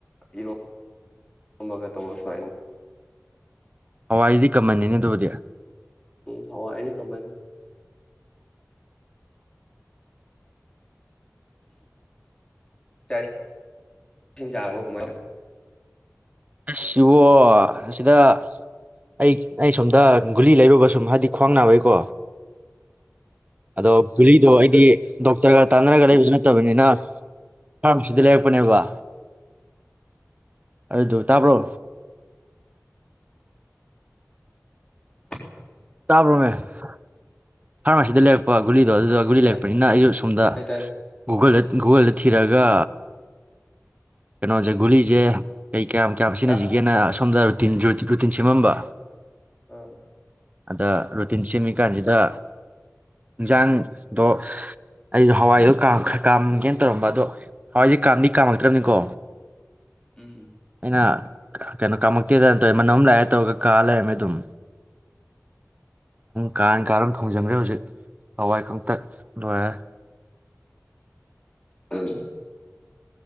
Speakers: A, on the left; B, on the right.
A: ꯏꯔꯣ ꯑꯃꯒ ꯇꯧꯕꯔ ꯁꯨꯃꯥꯏꯅ
B: ꯍꯋꯥꯏꯗꯤ ꯀꯃꯟꯅꯤꯅꯦ ꯑꯗꯨꯕꯨꯗꯤ
A: ꯍꯋꯥꯏ ꯇꯨꯝꯃꯅꯤ ꯆꯛ ꯏꯁꯤꯡ ꯆꯥꯔꯕꯣ ꯀꯃꯥꯏ
B: ꯁꯤꯁ ꯏꯕꯣ ꯑꯁꯤꯗ ꯑꯩ ꯑꯩ ꯁꯣꯝꯗ ꯒꯨꯂꯤ ꯂꯩꯔꯨꯕ ꯁꯨꯝ ꯍꯥꯏꯕꯗꯤ ꯈ꯭ꯋꯥꯡ ꯅꯥꯕꯩꯀꯣ ꯑꯗꯣ ꯒꯨꯂꯤꯗꯣ ꯑꯩꯗꯤ ꯗꯣꯛꯇꯔꯒ ꯇꯥꯟꯅꯔꯒ ꯂꯩꯕꯁꯨ ꯅꯠꯇꯕꯅꯤꯅ ꯐꯥꯔꯃꯥꯁꯤꯗ ꯂꯩꯔꯛꯄꯅꯦꯕ ꯑꯗꯨ ꯇꯥꯕ꯭ꯔꯣ
A: <inaudible>
B: ꯇꯥꯕ꯭ꯔꯃꯦ ꯍ <unintelligible> ꯐꯥꯔꯃꯥꯁꯤꯗ ꯂꯩꯔꯛꯄ ꯒꯨꯂꯤꯗꯣ ꯑꯗꯨꯗ ꯒꯨꯂꯤ ꯂꯩꯔꯛꯄꯅꯤꯅ
A: ꯇꯥꯏ
B: ꯑꯩ ꯁꯣꯝꯗ
A: ꯇꯥꯏ
B: ꯒꯨꯒꯜꯗꯥ ꯒꯨꯒꯣꯜꯗ ꯊꯤꯔꯒ ꯀꯩꯅꯣꯁꯦ ꯒꯨꯂꯤꯁꯦ ꯀꯩ ꯀꯌꯥꯝ ꯀꯌꯥꯝ ꯁꯤꯖꯤꯟꯁꯤꯒꯦꯅ
A: ꯇꯥꯏ
B: ꯁꯣꯝꯗꯥ ꯔꯨꯇꯤꯜ ꯖꯨꯇꯤ ꯀꯨꯇꯤ ꯁꯦꯝꯃꯝꯕ
A: ꯑꯥ
B: ꯑꯗꯥ ꯔꯨꯇꯤꯟ ꯁꯦꯝꯃꯤ ꯀꯥꯟꯁꯤꯗ ꯍꯤꯡꯖꯥꯡꯗꯣ ꯑꯩꯁꯨ ꯍꯋꯥꯏꯗꯣ ꯀꯥꯝꯒꯦꯅ ꯇꯧꯔꯝꯕ ꯑꯗꯣ ꯍꯋꯥꯏꯁꯦ ꯀꯥꯝꯗꯤ ꯀꯥꯝꯃꯛꯇ꯭ꯔꯕꯅꯤꯀꯣ
A: ꯎꯝ
B: ꯑꯩꯅ ꯀꯩꯅꯣ ꯀꯥꯃꯛꯇꯦꯗꯅ ꯇꯧꯋꯦ ꯃꯅꯝ ꯂꯥꯛꯑꯦ ꯇꯧꯔꯒ ꯀꯥ ꯂꯩꯔꯝꯃꯦ ꯑꯗꯨꯝꯝ ꯀꯥ ꯀꯥ ꯊꯣꯡꯖꯟꯈ꯭ꯔꯦ ꯍꯧꯖꯤꯛ ꯍꯋꯥꯏ ꯀꯪꯇꯛ ꯂꯣꯏꯔꯦ
A: ꯎꯝ